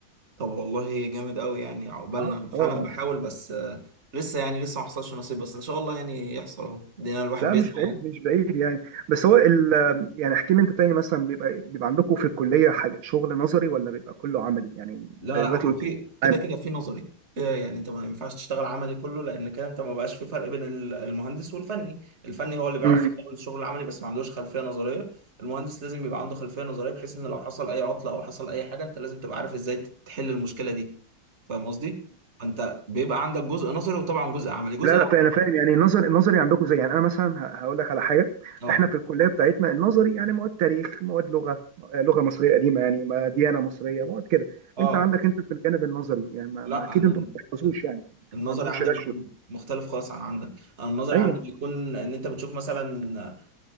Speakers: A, on the right (about 35°); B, on the right (about 75°).
A: طب والله جامد قوي يعني عقبالنا
B: اه
A: أنا فعلا
B: اه آه.
A: بحاول بس آه، لسه يعني لسه ما حصلش نصيب بس ان شاء الله يعني يحصل اهو دينا الواحد
B: لا
A: بيسعى
B: مش بعيد مش بعيد يعني بس هو ال يعني احكي لي انت تاني مثلا بيبقى بيبقى عندكم في الكليه حاجة شغل نظري ولا بيبقى كله عملي يعني انت
A: لا
B: دلوقتي
A: لا هو
B: قلت
A: في كده
B: عملي
A: كده في نظري آه، يعني انت ما ينفعش تشتغل عملي كله لان كده انت ما بقاش في فرق بين ال- المهندس والفني الفني هو اللي بيعرف
B: مم.
A: يشتغل الشغل العملي بس ما عندوش خلفية نظرية المهندس لازم يبقى عنده خلفية نظرية بحيث ان لو حصل اي عطلة او حصل اي حاجة انت لازم تبقى عارف ازاي تحل المشكلة دي فاهم قصدي فانت بيبقى عندك جزء نظري وطبعا جزء عملي جزء
B: لا
A: لا
B: لا فا- انا فاهم يعني النظر النظري عندكم زي يعني انا مثلا ه- هقول لك على حاجه
A: اه
B: احنا في الكليه بتاعتنا النظري يعني مواد تاريخ مواد لغه آه، لغه مصريه قديمه يعني ما ديانه مصريه مواد كده
A: اه
B: انت عندك انت في الجانب النظري يعني ما
A: لا
B: ما اكيد
A: انا
B: انتم ما بتحفظوش يعني
A: النظري
B: ما عندهمش
A: عندي
B: رشوه
A: بيكون مختلف خالص عن عندك انا النظري
B: ايوه
A: عندي بيكون ان انت بتشوف مثلا